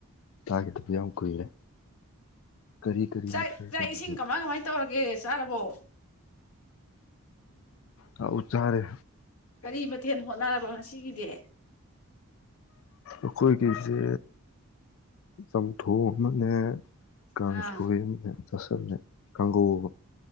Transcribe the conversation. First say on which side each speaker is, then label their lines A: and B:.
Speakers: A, on the left; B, on the left.
A: ꯇꯥꯒꯤꯗꯕ ꯌꯥꯝ ꯀꯨꯏꯔꯦ ꯀꯔꯤ ꯀꯔꯤ
B: ꯥꯆꯥꯛ
A: ꯃꯊꯦꯜ
B: ꯆꯥꯛ
A: ꯆꯥꯔꯒꯦ
B: ꯏꯁꯤꯡ ꯀꯃꯥꯏ ꯀꯃꯥꯏ ꯇꯧꯔꯒꯦ ꯆꯥꯔꯕꯣ
A: ꯎꯆ ꯆꯥꯔꯦ
B: ꯀꯔꯤ ꯃꯊꯦꯜ ꯍꯣꯠꯅꯔꯕ ꯉꯁꯤꯒꯤꯗꯤ
A: ꯑꯈꯣꯏꯒꯤꯁꯦ ꯆꯝꯊꯣꯡ ꯑꯃꯅꯦ ꯀꯥꯡꯁꯣꯏ
B: ꯑꯥ
A: ꯑꯝꯅꯦ ꯆꯁꯨꯝꯅꯦ ꯀꯪꯍꯧꯕ